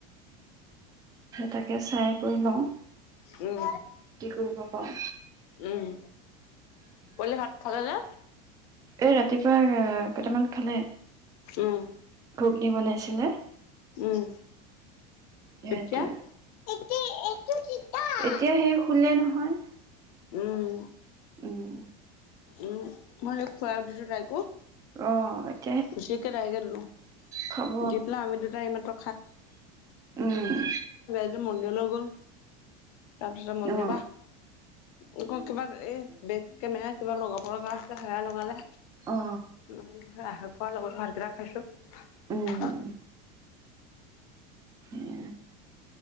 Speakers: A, on the right; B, on the left.
A: তাকে চাই কৰি লওঁ
B: উম
A: কি কৰিব পাৰোঁ
B: উম। পলে ভাত খালে নে?
A: এই ৰাতিপুৱা আ কেইটামান খালে
B: উম
A: খুব কি বনাইছিনে?
B: উম। <unintelligible>
A: সেইটোৱে এতিয়া সেই শুলে নহয়
B: উম
A: উম
B: উম মই খোৱা উঠিছোঁ তাইকো
A: অঁ
B: গুচিকেটাইকে ধলো
A: খাব
B: দি পেলাই আমি দুটাই এইমাত্ৰ
A: উম
B: <unintelligible> <unintelligible> জলগল তাৰপিছত মন্দিৰ
A: অ
B: বা অ কিবা এই বেগ কেমেৰা কিবা লগাব পগ আছে সেৰা লগালে
A: অ
B: উ আহ খোৱাৰ লগত ভাত কেইটা খাইছোঁ। ঢ
A: উম উ